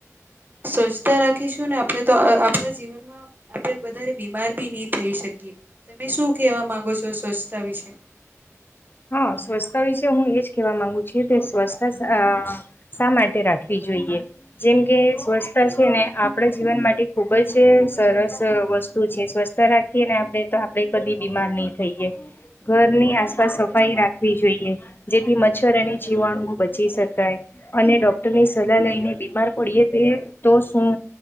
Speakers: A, on the right (about 35°); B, on the left (about 40°).
A: સ્વચ્છતા રાખીશું ને આપણે તો આપણા જીવનમાં આપણે વધારે બીમાર ભી નહી થઈ શકીએ તમે શું કેહેવા માંગો છો, સ્વચ્છતા વિશે
B: હા, સ્વચ્છતા વિશે હું એજ કેહેવા માંગુ છ કે સ્વચ્થતા શા માટે રાખવી જોઈએ જેમ કે સ્વચ્છતા છેને, આપણા જીવન માટે ખુબ જ સરસ વસ્તુ છે. સ્વ રાખીએ ને આપણે તો આપણે કદી બીમાર નહી, થઈયએ ઘરની આસપાસ સ સાઈ રાખવી જોઈએ, જેથી મચ્છર અને જીવાણુઓ બચી શકાય અને ડોક્ટરની સલાહ લઈને બીમાર પડીએ તે તો શું